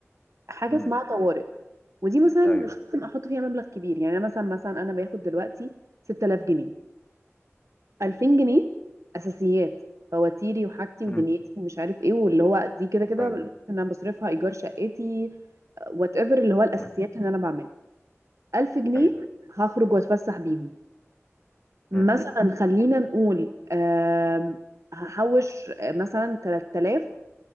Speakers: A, on the right (about 80°); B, on the left (about 30°).
A: حاجة
B: امم
A: اسمها طوارئ ودي مثلا
B: ايوه
A: مش لازم احط فيها مبلغ كبير يعني أنا مثلا مثلا انا باخد دلوقتي 6000 جنيه 2000 جنيه اساسيات فواتيري وحاجتي ودنيتي
B: امم
A: ومش عارف ايه واللي هو دي كده كده
B: ايوه
A: الفلوس اللي انا بصرفها ايجار شقتي وات ايفر اللي هو الاساسيات
B: امم
A: اللي انا بعملها 1000 جنيه
B: ايوه
A: هخرج واتفسح بيهم مثلا
B: امم
A: خلينا نقول آم، هحوش آه، مثلا 3000